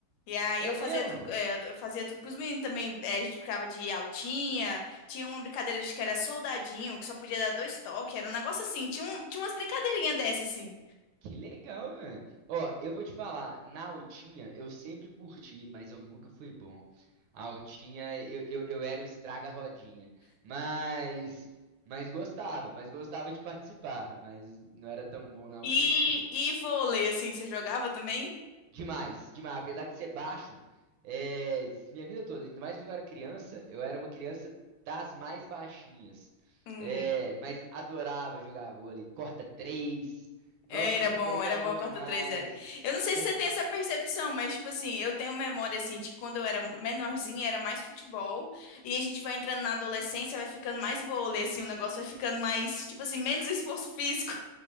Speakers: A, on the left; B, on the right.
A: E aí
B: é
A: eu fazia
B: mesmo?
A: tudo, é, eu ado- eu fazia tudo com os meninos também. É, a gente ficava de altinha. Tinha uma brincadeira de que era soldadinho, que só podia dar dois toques. Era um negócio assim. Tinha, um, tinha umas brincadeirinhas dessas, assim.
B: Que legal, mano. Ó, eu vou te falar, na altinha eu sempre curti, mas eu nunca fui bom. A altinha, eu, eu, eu era o estraga-rodinha. Mas, mas gostava, mas gostava de participar. Mas não era tão bom na altinha,
A: E,
B: não.
A: e vôlei, assim, você jogava também?
B: Demais, demais. Apesar de ser baixo, é, minha vida toda, ainda mais quando eu era criança, eu era uma criança das mais baixinhas.
A: Hum.
B: É, mas adorava jogar vôlei. Corta três. não
A: Era
B: corta
A: bom,
B: três
A: era
B: era
A: bom
B: bom
A: a
B: demais.
A: Cota 3 era. Eu não sei se
B: <laughs>
A: você tem essa percepção, mas tipo assim, eu tenho memória assim de quando eu era menorzinha, era mais futebol, e a gente vai entrando na adolescência, vai ficando mais vôlei assim, o negócio vai ficando mais, tipo assim, menos esforço físico.